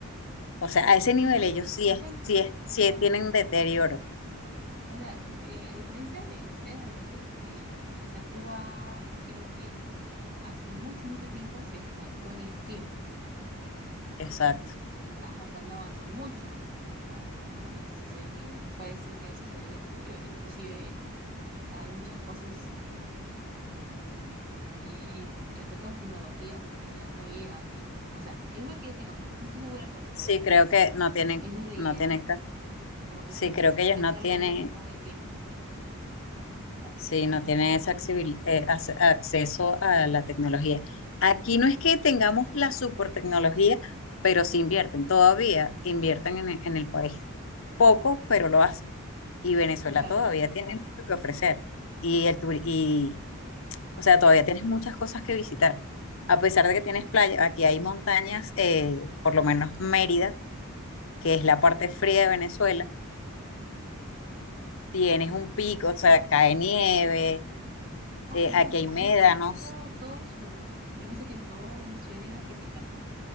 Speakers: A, on the left (about 60°); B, on the right (about 40°).
A: O sea, a ese nivel
B: Es que,
A: ellos sí es,
B: sean,
A: sí es, sí
B: claro.
A: tienen deterioro.
B: O sea, que- eh, a diferencia de ustedes, de repente, eh, ah, o sea, Cuba creo que hace mucho, mucho tiempo se estancó en el tiempo, creo.
A: Exacto.
B: Ajá, o sea, no avanzó mucho, mucho, mucho antes, ¿no? Entonces eh, eh, puede ser que a eso se debe el deterioro. Inclusive hay muchas cosas en, mm, en- en- respecto a tecnología que allá no llegan, creo. O sea, es lo que yo tengo, entonces no estoy segura, pero me parece
A: Sí, creo
B: que esa
A: que
B: es,
A: no tienen,
B: esa es la idea,
A: no tienen,
B: sí.
A: ca-
B: Como que
A: sí,
B: se,
A: creo
B: que se
A: que
B: estancaron
A: ellos no tienen,
B: en un estado de tiempo. Claro.
A: Sí, no
B: Ajá,
A: tiene
B: sí.
A: ese accesibil- eh, ac- acceso a la tecnología. Aquí no es que tengamos la super tecnología, pero sí invierten, todavía invierten en, e- en el país. Poco, pero lo hacen. Y Venezuela
B: Claro,
A: todavía
B: o sea,
A: tiene mucho que ofrecer. Y el turi- y, o sea, todavía tienes muchas cosas que visitar. A pesar de que tienes playa, aquí hay montañas, eh, por lo menos Mérida, que es la parte fría de Venezuela, tienes un pico, o sea, cae nieve,
B: ah,
A: eh,
B: mira,
A: aquí hay médanos
B: yo pensé que todo, todo su, yo pensé que todo Venezuela era tropical,